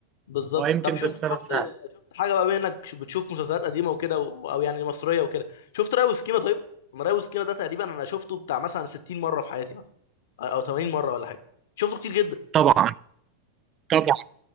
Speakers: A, on the left; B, on the right.
A: بالظبط
B: فيمكن
A: طب شفت
B: ده السبب
A: شفت
B: فعلا
A: شفت حاجه بقى بما انك ش- بتشوف مسلسلات قديمه وكده و- او يعني مصريه وكده شفت راي وسكينه طيب أنا راي وسكينه ده تقريبا انا شفته بتاع مثلا 60 مره في حياتي مثلا او 80 مره ولا حاجه شفته كتير جدا
B: طبعا طبعا